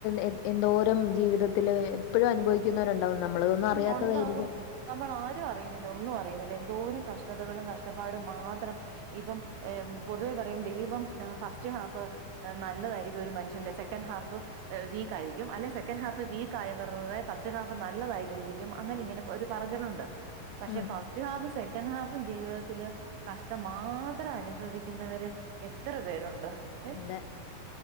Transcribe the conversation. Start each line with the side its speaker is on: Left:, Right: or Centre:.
Left: ഏ എന്തോരം ജീവിതത്തില് ഇപ്പോഴും അനുഭവിക്കുന്നവരുണ്ടാവും നമ്മളിതൊന്നും അറിയാത്തതായിരിക്കും
Right: ഉം ഒണ്ടാകും നമ്മൾ ആരും അറിയുന്നില്ല ഒന്നും അറിയുന്നില്ല എന്തോരം കഷ്ടതകളും കഷ്ടപ്പാടും മാത്രംഇപ്പം ഏ പൊതുവെ പറയും ദൈവം ഫസ്റ്റ് ഹാഫ് നല്ലതായിരിക്കും ഒരു മനുഷ്യന്റെ സെക്കൻ് ഹാഫ് വീക്ക് ആരിക്കും അല്ലെങ്കി സെക്കൻഡ് ഹാഫ് വീക്കായവർടെ ഫസ്റ്റ് ഹാഫ് നല്ലതായിരിക്കും <unintelligible> അങ്ങനെ ഇങ്ങനെ ഒരു പറചിലുണ്ട് പക്ഷെ
Left: ഉം.
Right: ഫസ്റ്റ് ഹാഫ് സെക്കൻ് ഹാഫ് പ്പോ ജീവിതത്തില് കഷ്ടം മാത്രം അനുഭവിക്കുന്നവര് എത്ര പേരുണ്ട്? ഏ
Left: അതെ.